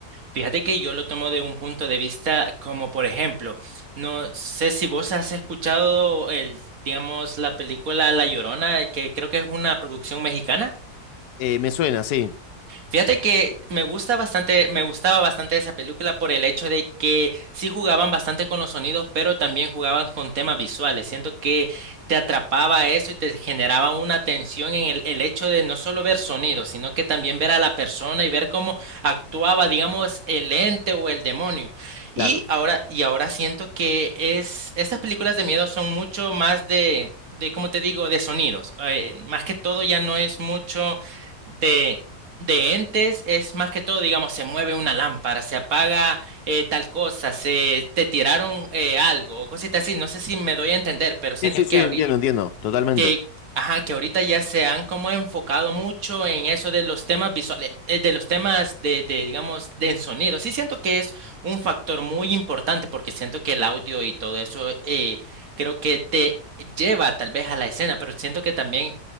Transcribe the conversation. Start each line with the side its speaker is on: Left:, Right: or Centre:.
Right: Fíjate que yo lo tomo de un punto de vista como, por ejemplo, no sé si vos has escuchado el, digamos, la película La Llorona, que creo que es una producción mexicana.
Left: Eh, me suena, sí.
Right: Fíjate que me gusta bastante, me gustaba bastante esa película por el hecho de que sí jugaban bastante con los sonidos, pero también jugaban con temas visuales. Siento que te atrapaba eso y te generaba una tensión en el, el hecho de no solo ver sonidos, sino que también ver a la persona y ver cómo actuaba, digamos, el ente o el demonio. Y
Left: Claro.
Right: ahora, y ahora siento que es, estas películas de miedo son mucho más de, de, ¿cómo te digo?, de sonidos. Eh, más que todo ya no es mucho de de entes es más que todo, digamos, se mueve una lámpara, se apaga eh, tal cosa, se te tiraron eh, algo o cositas así. No sé si me doy a entender, pero siento
Left: Sí, sí,
Right: que
Left: sí,
Right: ahorita,
Left: entiendo, entiendo, totalmente.
Right: que, ajá, que ahorita ya se han como enfocado mucho en eso de los temas visuales, eh, de los temas de, de, digamos, de en sonido. Sí siento que es un factor muy importante porque siento que el audio y todo eso eh, creo que te lleva tal vez a la escena, pero siento que también